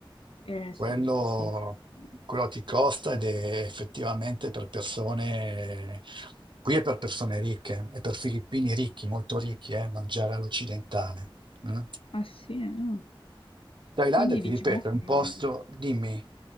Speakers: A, on the left; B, on the right.
A: Eh
B: Quello,
A: sì, sì, sì, sì.
B: quello ti costa ed è effettivamente per persone, qui è per persone ricche, è per filippini ricchi, molto ricchi, eh, mangiare all'occidentale. mm.
A: Ah sì, eh, no.
B: Thailandia,
A: Quindi
B: ti
A: diciamo
B: ripeto,
A: che...
B: è un posto, dimmi.